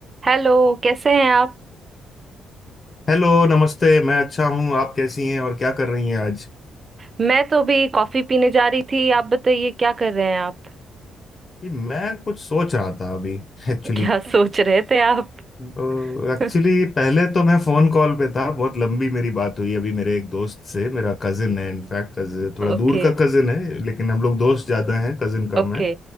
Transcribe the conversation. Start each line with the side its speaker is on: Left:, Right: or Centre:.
Right: Hello कैसे हैं आप
Left: Hello नमस्ते मैं अच्छा हूँ आप कैसी हैं और क्या कर रही हैं आज
Right: मैं तो अभी कॉफी पीने जा रही थी आप बताइए क्या कर रहे हैं आप
Left: ये मैं कुछ सोच रहा था अभी एक्चुअली
Right: <laughs> क्या सोच रहे थे आप
Left: तो एक्चुअली
Right: <laughs>
Left: पहले तो मैं फोन कॉल पे था बहुत लंबी मेरी बात हुई अभी मेरे एक दोस्त से मेरा कजिन है इनफैक्ट कजिन थोड़ा
Right: ओके
Left: दूर का कजिन है लेकिन हम लोग दोस्त ज्यादा हैं कजिन कम
Right: ओके
Left: है